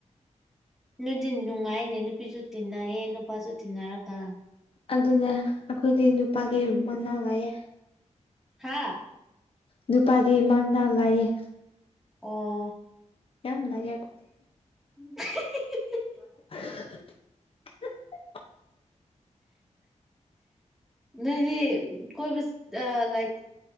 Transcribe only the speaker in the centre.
ꯅꯨꯗꯤ ꯅꯨꯡꯉꯥꯏꯅꯦ ꯅꯨꯄꯤꯁꯨ ꯇꯤꯟꯅꯩꯌꯦ ꯅꯨꯄꯥꯁꯨ ꯇꯤꯟꯅꯔꯒ
ꯍꯥꯥ
ꯑꯣ
ꯎ <inaudible>
ꯅꯣꯏꯗꯤ ꯀꯣꯏꯕꯥ <unintelligible>